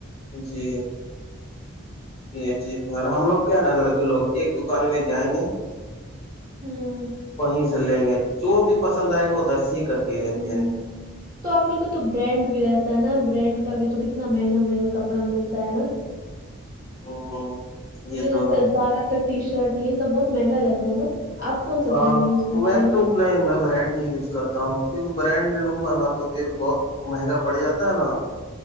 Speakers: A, on the left; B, on the right.
A: جی یہ چیز ہم لوگ کیا نا لڑکے لوگ ایک دکان میں جائیں گے
B: ہوں
A: وہیں سے لیں گے جو بھی پسند آئے گا وہدھر سے ہی کر کے
B: ہوں
A: لیں گے ہ
B: تو آپ لوگ کا تو برانڈ بھی رہتا ہے نا برانڈ کا بھی تو کتنا مہنگا مہنگا کپڑا ملتا ہے نا
A: <inaudible>
B: مجھے
A: یہ
B: لگتا
A: تو
B: ہے زارا کا ٹی شرٹ یہ سب بہت مہنگا رہتا ہے نا آپ کون سا
A: ہاں
B: برانڈ یوز کرتے
A: میں
B: ہیں
A: تو نہیں میں بریڈ نہیں کرتا ہوں کیونکہ برانڈ لوں گا نا تو پھر بہت مہنگا پڑ جاتا ہے نا